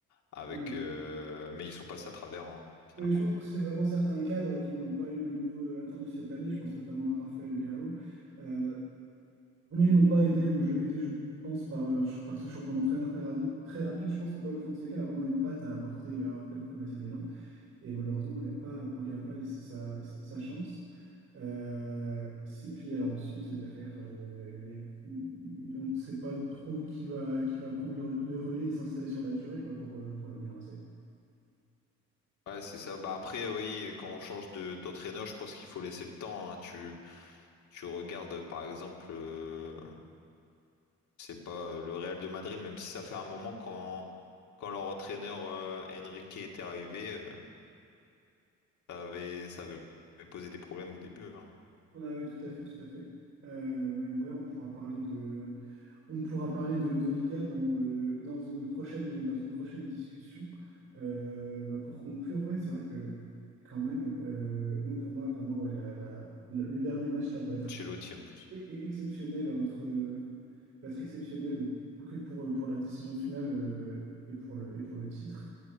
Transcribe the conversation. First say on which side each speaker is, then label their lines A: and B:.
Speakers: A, on the left (about 75°); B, on the right (about 60°).
A: avec
B: Ouais.
A: euh, mais ils sont passés à travers hein, finalement.
B: Oui, je pense que c'est vraiment certains cadres qui n'ont pas eu le niveau euh, attendu cette année, je pense notamment à Raphaël Leao, Euh, mais ils n'ont pas aidé, moi je, aidé je pense par, euh, leur, ch- par ce changement d'entraîneur très, ravi- très rapide, je pense que Paolo Fonseca a vraiment une patte à apporter à un club comme l'AC Milan. Et malheureusement, on lui a pas, on lui a pas laissé sa, sa- sa chance. Euh, c'est puis alors, ensuite, derrière, euh, y a- on ne sait pas trop qui va, qui va prendre le, le relais et s'installer sur la durée quoi, pour, euh, pour le Milan AC.
A: Ouais, c'est ça. Bah après, oui, quand on change de d'entraîneur, je pense qu'il faut laisser le temps, hein. Tu, tu regardes, par exemple, euh, c'est pas euh, le Real de Madrid, même si ça fait un moment quand, quand leur entraîneur euh, Enrique était arrivé, euh, ça avait, ça avait posé des problèmes au début, hein.
B: Ah oui, tout à fait, tout à fait. Euh, mais d'ailleurs, on pourra parler de, on pourra parler de, de Liga dans, euh, dans une prochaine, dans une prochaine discussion. Euh, bah, pour conclure, ouais, c'est vrai que quand même, euh, moi, pour moi, vraiment, ouais, la- la- le le dernier match là va être
A: Chez Lotti en plus.
B: e- e- exceptionnel entre euh, va être exceptionnel que pour, euh, pour la décision finale euh, et pour le, et pour le titre.